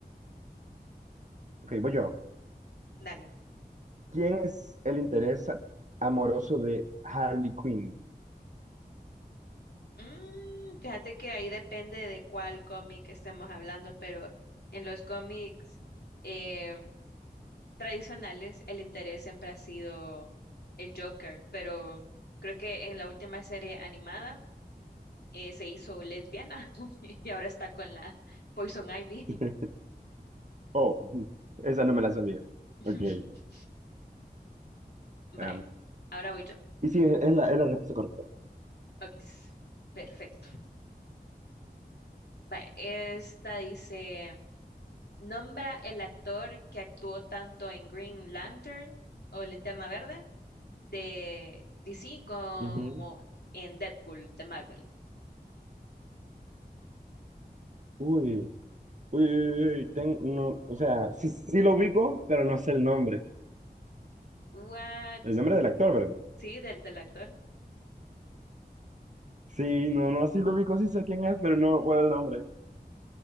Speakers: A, on the right; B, on the left.
A: Ok, voy yo.
B: Dale.
A: ¿Quién es el interés amoroso de Harley Quinn?
B: Mm, fíjate que ahí depende de cuál cómic estemos hablando, pero en los cómics eh, tradicionales el interés siempre ha sido el Joker, pero creo que en la última serie animada eh, se hizo lesbiana <laughs> y ahora está con la Poison Ivy.
A: <laughs> Oh, <laughs> ujú. esa no me la sabía.
B: <laughs>
A: Ok.
B: Vaya,
A: em,
B: ahora voy yo.
A: y sí, es es la, es la respuesta correcta.
B: Ok, perfecto. Vaya, esta dice... Nombra el actor que actuó tanto en Green Lantern o Linterna Verde de DC como
A: Ujú.
B: en Deadpool de Marvel.
A: Uy, uy, uy, uy, ten- no, o sea, sí, sí lo ubico, pero no sé el nombre.
B: What?
A: El nombre del actor, ¿verdad?
B: Sí, del, del actor.
A: Sí, no, no, sí lo ubico, sí sé quién es, pero no recuerdo el nombre.